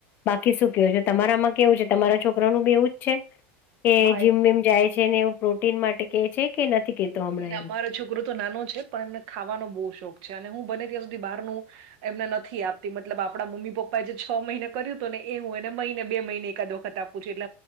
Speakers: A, on the left (about 30°); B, on the right (about 45°).
A: બાકી શું કેવું છે તમારામાં કેવું છે તમારા છોકરાનું એઉજ છે. કે
B: હા
A: જીમ
B: એ
A: <unintelligible> જાય છે ને એવું પ્રોટીન માટે કેહે છે કે નથી કેતો હમણાં
B: ના
A: એ
B: મારો છોકરો તો નાનો છે પણ એમને ખાવાનો બહુ શોખ છે અને હું બને ત્યાં સુધી બહાર નું એમને નથી આપતી મતલબ આપણા મમ્મી પપ્પા એ જે છ મહિને કર્યું હતું ને એ હું એને મહિને બે મહિને એકાદ વખત આપ એટ